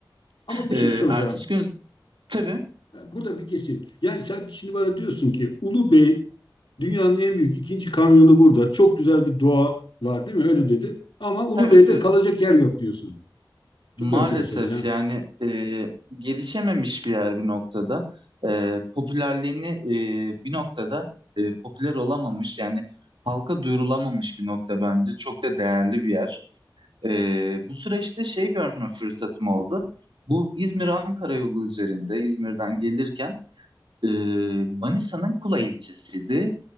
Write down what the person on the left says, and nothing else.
Ama bir
şey soracağım.
Yani Burada bir kesim. Yani sen şimdi bana diyorsun ki Ulu Bey dünyanın en büyük ikinci kanyonu burada. Çok güzel bir doğa var değil mi? Öyle dedi. Ama Ulu
Bey'de
kalacak yer yok diyorsun. Çok
enteresan ya.